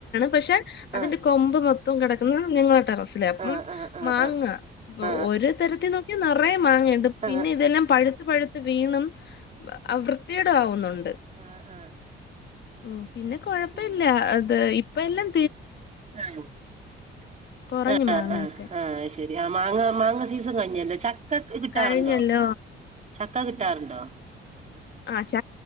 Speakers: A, on the left (about 60°); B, on the right (about 35°).
A: പക്ഷെ അതിന്റെ
B: ആ
A: കൊമ്പ് മൊത്തം കെടക്കുന്നെ നിങ്ങള ടെറസില് അപ്പം
B: ആ ആ ആ ആ
A: മാങ്ങ
B: ആ
A: <unintelligible>
B: ആ ആ
A: ഒര് തരത്തില് നോക്കിയാ നെറയെ മാ <unintelligible> പിന്നെ
B: ആ ആ
A: ഇതെല്ലാം പഴുത്ത് പഴുത്ത് വീണും വൃ ത്തി കേടാവുന്നുണ്ട്
B: ആ ആ ആ.
A: ഉം പിന്നെ കൊഴപ്പില്ല
B: അത് ശരി
A: അത് ഇപ്പം എല്ലാം
B: <inaudible>
A: കുറഞ്ഞു
B: ആഹ്
A: മാങ്ങയൊക്കെ
B: ആഹ് ആഹ് ശരി ആ മാങ്ങ മാങ്ങ സീസൺ കഴിഞ്ഞല്ലോ ചക്ക കിട്ടാറുണ്ടോ
A: കഴിഞ്ഞല്ലോ
B: ചക്ക കിട്ടാറ്ണ്ടോ
A: ആഹ് ച